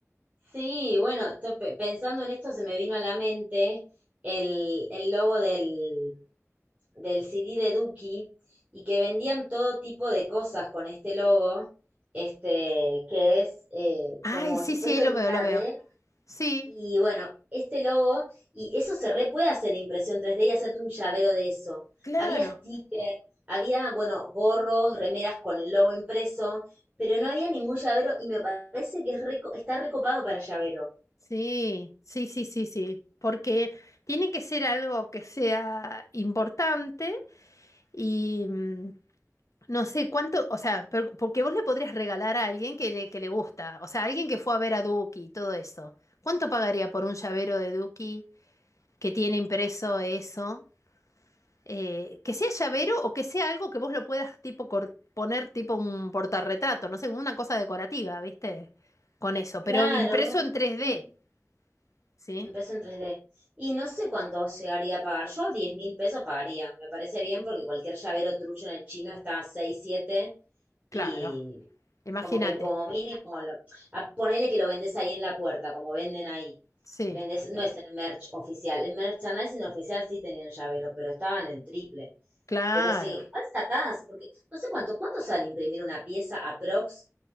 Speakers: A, on the right (about 30°); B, on the left (about 75°).
A: Sí, bueno, to- pe- pensando en esto se me vino a la mente el, el logo del, del CD de Duki y que vendían todo tipo de cosas con este logo, este, que es eh,
B: Ay,
A: como
B: sí,
A: si fuese
B: sí, ahí lo veo,
A: una
B: lo veo.
A: D
B: Sí,
A: y bueno, este logo y eso se re puede hacer impresión tres d y hacerte un llavero de eso.
B: claro.
A: Había stickers, había, bueno, gorros, remeras con el logo impreso, pero no había ningún llavero y me parece que es reco- está recopado para llavero.
B: Sí, sí, sí, sí, sí. Porque tiene que ser algo que sea importante y mm, no sé cuánto, o sea, pero- porque vos le podrías regalar a alguien que le, que le gusta, o sea, alguien que fue a ver a Duki y todo eso. ¿Cuánto pagaría por un llavero de Duki que tiene impreso eso? eh, que sea llavero o que sea algo que vos lo puedas tipo cor- poner tipo un portarretrato, no sé, una cosa decorativa, ¿viste? Con eso,
A: Claro,
B: pero impreso en 3D,
A: sí,
B: ¿sí?
A: empezó en 3D. Y no sé cuánto llegaría a pagar. Yo Diez mil pesos pagaría. Me parece bien porque cualquier llavero trucho en el chino está a 6, 7 y
B: Claro, imagínate.
A: como que como mínimo, lo- a, ponele que lo vendes ahí en la puerta, como venden ahí.
B: Sí,
A: Vendes, no es el merch oficial. El merchandising oficial sí tenían llavero, pero estaban el triple.
B: claro.
A: Pero sí, igual sacás, porque no sé cuánto, ¿cuánto sale imprimir una pieza aprox